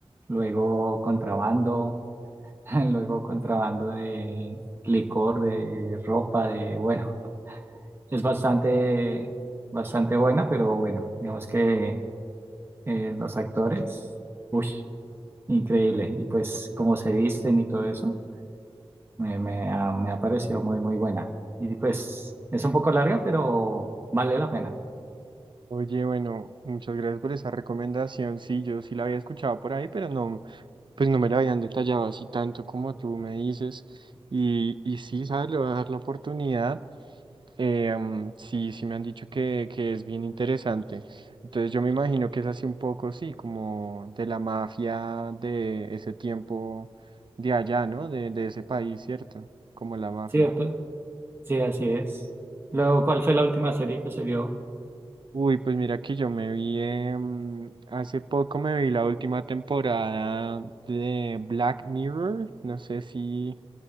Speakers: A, on the right; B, on the right.
A: luego contrabando, <laughs> luego contrabando de licor, de ropa, de, bueno, es bastante, bastante buena, pero bueno, digamos que eh, los actores, uy, increíble, y pues cómo se visten y todo eso, me, me ha, me ha parecido muy, muy buena. Y pues es un poco larga, pero vale la pena.
B: Oye, bueno, muchas gracias por esa recomendación. Sí, yo sí la había escuchado por ahí, pero no, pues no me la habían detallado así tanto como tú me dices. Y, y sí, ¿sabes? Le voy a dar la oportunidad. Em, sí, sí me han dicho que, que es bien interesante. Entonces yo me imagino que es así un poco, sí, como de la mafia de ese tiempo de allá, ¿no? De, de ese país, ¿cierto? Como la mafia.
A: ¿Cierto? Sí, así es. Luego, ¿cuál fue la última serie que se vio?
B: Uy, pues mira que yo me vi, em, hace poco me vi la última temporada de Black Mirror. No sé si